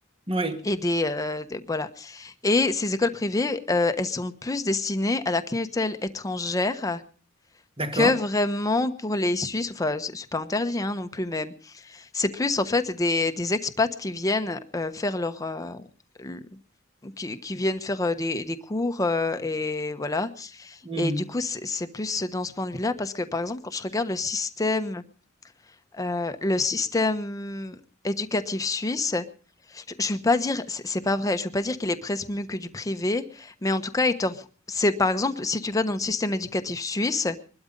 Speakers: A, on the right; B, on the left.
A: Ouais.
B: et des, heu, des voilà. Et ces écoles privées, heu, elles sont plus destinées à la clientèle étrangère
A: D'accord.
B: que vraiment pour les Suisses. Enfin, c'est c'est pas interdit, hein, non plus, mais c'est plus en fait des des expats qui viennent, heu, faire leur, heu, l qui qui viennent faire, heu, des des cours, heu et voilà
A: Mm.
B: et du coup, c'est c'est plus dans ce point de vue-là parce que, par exemple, quand je regarde le système, heu, le système éducatif suisse, je je veux pas dire c'est c'est pas vrai, je veux pas dire qu'il est presque mieux que du privé, mais en tout cas, il t'offre c'est par exemple, si tu vas dans le système éducatif suisse,